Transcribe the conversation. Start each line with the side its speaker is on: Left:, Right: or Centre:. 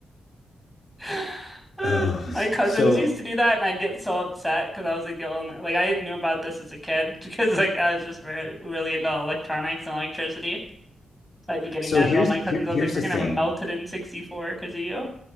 Centre: <sighs> <laughs> Uh,
Left: Oh,
Centre: my cousins
Left: so
Centre: used to do that, and I'd get so upset because I was like the only, like, I knew about this as a kid <laughs> because, like, I was just re really into electronics and electricity. So I'd be getting
Left: so
Centre: mad
Left: here's
Centre: at all my cousins.
Left: here
Centre: I
Left: here's
Centre: was like,
Left: the
Centre: we're gonna
Left: thing.
Centre: have a melted in 64 because of you.